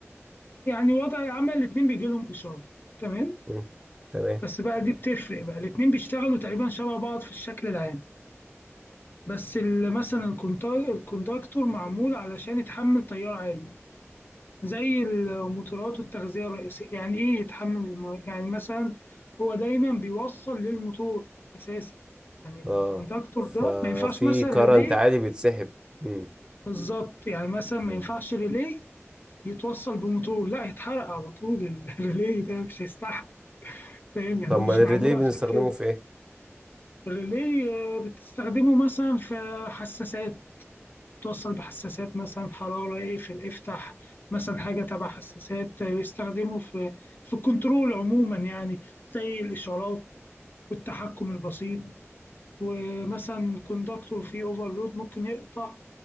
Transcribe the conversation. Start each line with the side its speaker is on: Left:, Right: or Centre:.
Left: يعني وضع العمل الاتنين بيجي لهم إشارة تمام
Right: مم. تمام
Left: بس بقى دي بتفرق بقى الاتنين بيشتغلوا تقريبا شبه بعض في الشكل العام بس ال- مثلا الكونتاك- الكونتاكتور معمول علشان يتحمل تيار عالي زي المطورات والتغذية الرئيسية يعني إيه يتحمل الم... يعني مثلا هو دايما بيوصل للموتور أساسا يعني الكوندكتور
Right: اه ففي
Left: ده ما ينفعش مثلا
Right: كرنت
Left: ريلي
Right: عالي بيتسحب مم.
Left: بالظبط يعني مثلا ما
Right: مم.
Left: ينفعش ريلي يتوصل بموتور لا يتحرق على طول ال- <laughs> الريلي ده مش هيستحمل فاهم يعني
Right: طب
Left: هو
Right: ما
Left: مش
Right: الريلي
Left: معمول عشان
Right: بنستخدمه
Left: كده
Right: في ايه
Left: الريلي آه، بتستخدمه مثلا في حساسات توصل بحساسات مثلا حرارة اقفل افتح مثلا حاجة تبع حساسات بيستخدموا في في الكنترول عموما يعني زي الإشارات والتحكم البسيط ومثلا كوندكتور فيه اوفرلود ممكن يقطع